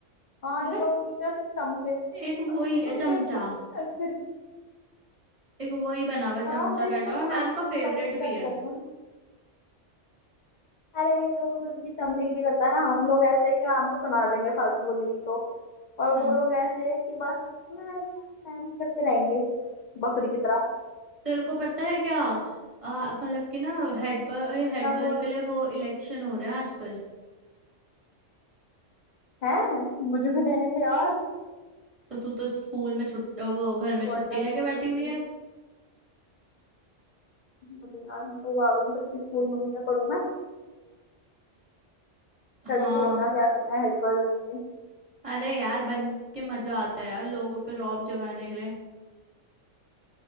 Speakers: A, on the left; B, on the right.
A: हाँ
B: यार
A: नहीं तो टीचर से चमचे और
B: एक वही
A: इन्हें को
B: है
A: देने
B: चमचा
A: भी टीचर फिर भी
B: एक वही बना हुआ
A: हाँ
B: चमचा
A: वही
B: बैठा
A: तो
B: हुआ, और
A: अरे
B: मैम
A: मैं सारे
B: का फेवरेट
A: टॉपर की बात
B: भी है
A: कर रही हूँ ना। अरे वो उनकी चमचेगिरी करता है ना हम लोग ऐसे है कि मैम को सुना देंगे फालतू बोलेगी तो और
B: आ,
A: वो लोग ऐसे है कि बस मैम मैम मैम करते रहेंगे बकरी की तरह
B: तेरे को पता है क्या आ, मतलब कि ना हेड पर हेड
A: क्या
B: गर्ल
A: हुआ
B: के लिए वो इलेक्शन हो रहे हैं आजकल
A: है मुझे भी देने थे यार
B: तो तू तो स्कूल में छुट वो घर में
A: छोड़ना
B: छुट्टी लेके
A: मैं कि
B: बैठी
A: करूंगी
B: हुई है
A: अबे यार मैं तो आ भी नहीं सकती स्कूल में क्या करूँ मैं चल
B: हाँ
A: छोड़ना क्या करना है हेड गर्ल बन के
B: अरे यार बन के मजा आता है यार लोगों पे रौब जमाने के लिए